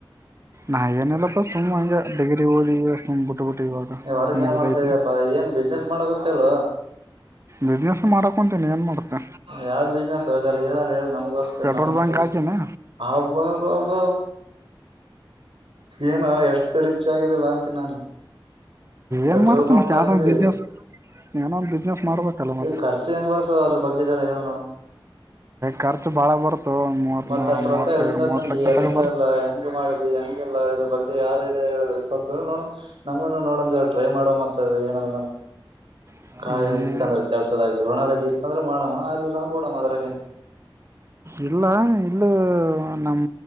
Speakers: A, on the right; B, on the right.
A: <inaudible>
B: ನಾ ಏನಿಲ್ಲಪ್ಪ ಸುಮ್ಮ್ ಹಂಗೆ ಡಿಗ್ರಿ ಓದಿ ಸುಮ್ಮ್ ಬಿಟ್ಬಿಟ್ಟು ಇವಾಗ
A: ನೀ ವರ್ಕ್
B: ಮುಗ್ದೈತಿ
A: ಏನ್ ಮಾಡ್ತಾ ಇದ ಾ ಏನ್ ಬಿಸ್ನೆಸ್ ಮಾಡ ಗೊತ್ತಲ್
B: ಬಿಸ್ನೆಸ್ ಮಾಡಕ್ ಕುಂತೀನಿ ಏನ್ ಮಾಡ್ತೆ
A: ಯಾದ ಬಿಜನೆಸ ಹಾರ ಹೇಳಾರ ಹೇಳ ನಮ್ಗಸ್ಕರ್
B: ಪೆಟ್ರೋಲ್
A: ನಮಗ
B: ಬಂಕ್
A: ಸ್ವಲ್ಪಬ್ಬ
B: ಹಾಕಿನಿ
A: ಒಬ್ಬ ಏನ ಎಷ್ಟು ರಿಚ್ ಆಗಿದೆಲ್ಲ ಅಂತ ನಾನು
B: ಏನ್
A: ಪೆಟ್ರೋಲ್
B: ಮಾಡ್ತ
A: ಪಂಪ್
B: ಮತ್
A: ಹಾಕಿದೆ
B: ಯಾವ್ದೋ ಒಂದ್ ಬಿಸ್ನೆಸ್ ಏನೋ ಒಂದ್ ಬಿಸ್ನೆಸ್ ಮಾಡ್ಬೇಕಲ್ಲ ಮತ್
A: ಈ ಖರ್ಚೆ ಹೆಂಗ್ ಬರ್ತದ ಅದ್ರ ಬಗ್ಗೆ ಜರ ಹೇಳ ನೋಡಮ್
B: ಖರ್ಚು ಬಾಳ ಬರ್ತು ಒಂದ್ ಮೂವತ್
A: ಮತ್ತ ಅಸ್ಟ ರೋಕ್ಕ
B: ಮೂವತ್
A: ಎಲ್ಲಿಂದತಂದಿ
B: ಮೂವತ್ ಲಕ್ಷ
A: ಎಲ್ಲಿಂದ
B: ತಗ
A: ಎಲ್ಲ ಹಂಗ ಮಾಡಿದಿ ಹಂಗೆಲ್ಲ ಇದ್ರ ಬಗ್ಗೆ ಯಾರ ಇಿಡ ಹೇಳಿದ್ರೆ ಸ್ವಲ್ಪ ಹೇಳಿ ನೋಡ ನಮ್ಗ ನೋಡಮ ಟ್ರೈ ಮಾಡೋ ಮತ ಇ ಏನ ನಮ್
B: ಬರ್ತ
A: ಕಾಯ ಇತ್ತಂದ್ರೆ ಕೆಲ್ಸದಾಗ ಋಣದಾಗ ಇತ್ತಂದ್ರೆ ಮಾಡಮ್ಮ ಅಲ್ಲಿಲ್ಲಂದ ಬಿಡವ ಅದ್ರಾಗ
B: ಇಲ್ಲ ಇಲ್ಲ ನಮ